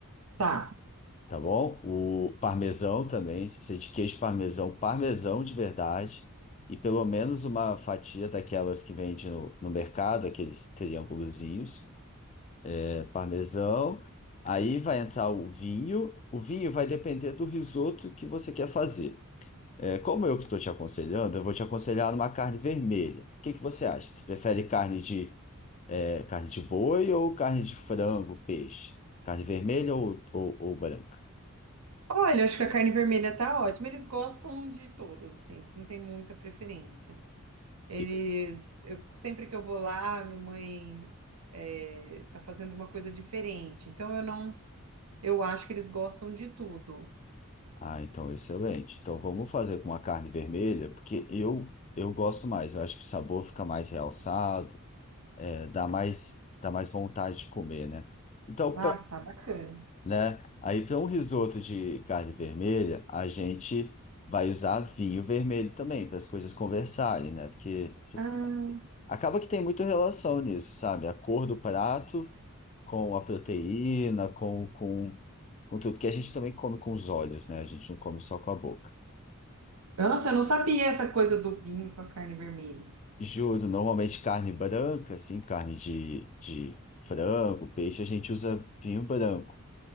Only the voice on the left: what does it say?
tá bom? O parmesão também, você precisa de queijo parmesão, parmesão de verdade, e pelo menos uma fatia daquelas que vende no, no mercado, aqueles triângulozinhos, é, parmesão. Aí vai entrar o vinho, o vinho vai depender do risoto que você quer fazer. É, como eu que estou te aconselhando, eu vou te aconselhar uma carne vermelha. O que que você acha? Você prefere carne de, é, carne de boi ou carne de frango, peixe? Carne vermelha ou, ou, ou branca?
E-
Ah, então excelente. Então vamos fazer com uma carne vermelha, porque eu eu gosto mais. Eu acho que o sabor fica mais realçado, é, dá mais dá mais vontade de comer, né? Então
né? Aí para um risoto de carne vermelha, a gente vai usar vinho vermelho também, para as coisas conversarem, né? Porque tipo,
acaba que tem muita relação nisso, sabe? A cor do prato com a proteína, com, com, com tudo, que a gente também come com os olhos, né? A gente não come só com a boca.
Juro, normalmente carne branca, assim, carne de, de frango, peixe, a gente usa vinho branco.